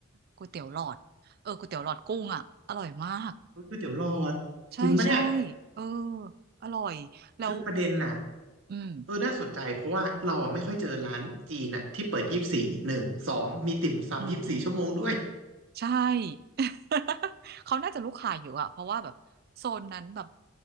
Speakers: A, on the right (about 50°); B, on the right (about 70°).
A: ก๋วยเตี๋ยวหลอดเออก๋วยเตี๋ยวหลอดกุ้งอ่ะอร่อยมาก
B: เฮ้ยก๋วยเตี๋ยวหลอดจริงปะเนี่ย
A: ใช่ใช่เอออร่อยแล้ว
B: คือประเด็นน่ะ
A: อืม
B: เออน่าสนใจเพราะว่าเราอะไม่ค่อยเจอร้านจีนอะที่เปิดยี่สิบสี่หนึ่งสองมีติ่มซำยี่สิบสี่ชั่วโมงด้วย
A: อืมอืมใช่ <laughs> เขาน่าจะลูกค้าเยอะอะเพราะว่าแบบโซนนั้นแบบ